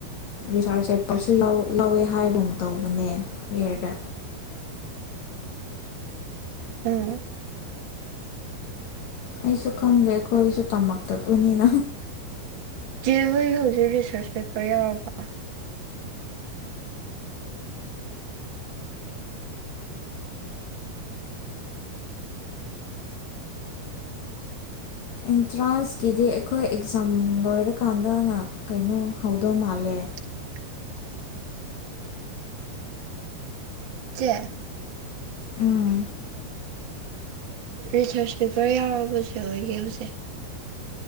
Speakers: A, on the left; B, on the right.
A: ꯔꯤꯁꯥꯔꯖꯦꯄꯁꯨ ꯂꯧꯋꯦ ꯍꯥꯏꯕ ꯑꯃ ꯇꯧꯕꯅꯦ ꯀꯌꯔꯗ
B: <unintelligible> ꯎꯝ
A: ꯑꯩꯁꯨ ꯈꯪꯗꯦꯀꯣ ꯑꯩꯁꯨ ꯇꯝꯃꯛꯇꯕꯅꯤꯅ
B: ꯆꯦ ꯍꯣꯏꯒꯤ ꯍꯧꯖꯤꯛ ꯔꯤꯁꯔꯁ ꯄꯦꯄꯔ ꯌꯥꯎꯔꯕꯣ
A: ꯑꯦꯟꯇ꯭ꯔꯥꯟꯁꯀꯤꯗꯤ ꯑꯩꯈꯣꯏ ꯑꯦꯛꯖꯥꯝ ꯂꯣꯏꯔꯀꯥꯟꯗꯅ ꯀꯩꯅꯣ ꯍꯧꯗꯧ ꯃꯥꯜꯂꯦ
B: <unintelligible> ꯆꯦ
A: ꯎꯝ
B: ꯔꯤꯁꯔꯁ ꯄꯦꯄꯔ ꯌꯥꯎꯔꯕꯁꯨ ꯑꯣꯏꯒꯤ ꯍꯧꯖꯤꯛ